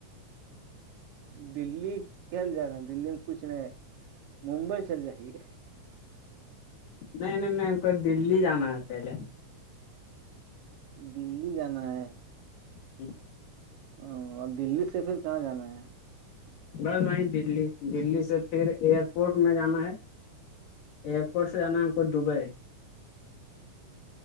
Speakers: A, on the right; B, on the left.
A: دللی کیال جا رہا ہیں دللی میں کچھ نہیں ممبئی چل جائیے
B: نہیں نہیں نہیں ہم کو دللی جانا ہے پہلے
A: دللی جانا ہے <unintelligible>
B: جی
A: ہ اور دللی سے پھر کہاں جانا ہے
B: بس وہیں دلی دلی سے پھر ایئرپورٹ میں جانا ہے ایئرپورٹ سے جانا ہم کو دبئی